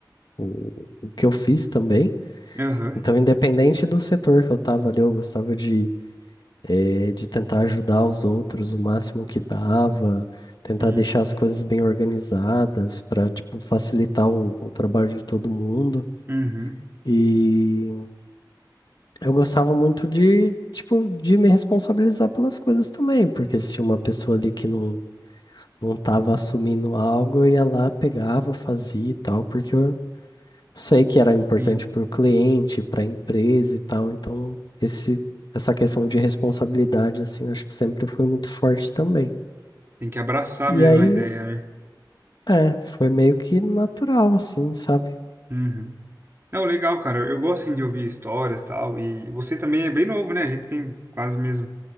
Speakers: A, on the left; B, on the right.
A: o, o que eu fiz também.
B: uhum,
A: Então, independente do setor que eu estava ali, eu gostava de, eh, de tentar ajudar os outros o máximo que dava, tentar
B: sim,
A: deixar as coisas bem organizadas para, tipo, facilitar o, o trabalho de todo mundo.
B: uhum,
A: E eu gostava muito de, tipo, de me responsabilizar pelas coisas também, porque se tinha uma pessoa ali que não, não estava assumindo algo, eu ia lá, pegava, fazia e tal, porque eu sei que era importante
B: sim.
A: para o cliente, para a empresa e tal, então esse, essa questão de responsabilidade, assim, acho que sempre foi muito forte também.
B: Tem que abraçar
A: E
B: mesmo
A: aí,
B: a ideia, né?
A: é, foi meio que natural, assim, sabe?
B: Uhum. Não, legal, cara. Eu gosto, assim, de ouvir histórias e tal. E você também é bem novo, né? A gente tem quase mesmo,